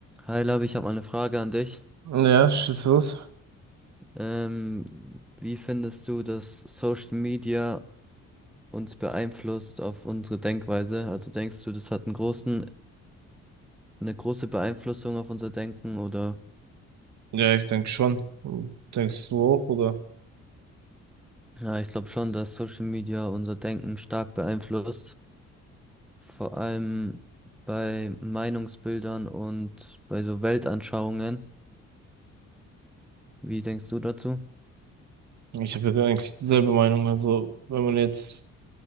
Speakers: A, in the centre; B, on the right.
A: Hi Labi, ich habe mal eine Frage an dich.
B: Ja, schieß los.
A: Ähm, wie findest du, dass Social Media uns beeinflusst auf unsere Denkweise? Also denkst du, das hat einen großen, eine große Beeinflussung auf unser Denken oder?
B: Ja, ich denke schon. Denkst du auch, oder?
A: Ja, ich glaube schon, dass Social Media unser Denken stark beeinflusst. Vor allem bei Meinungsbildern und bei so Weltanschauungen. Wie denkst du dazu?
B: Ich habe ja eigentlich dieselbe Meinung. Also, wenn man jetzt,